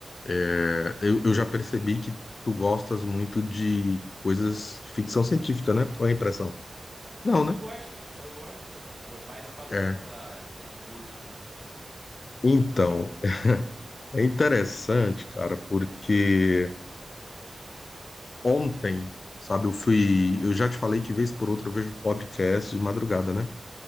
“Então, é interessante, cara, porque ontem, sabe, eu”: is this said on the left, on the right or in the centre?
Left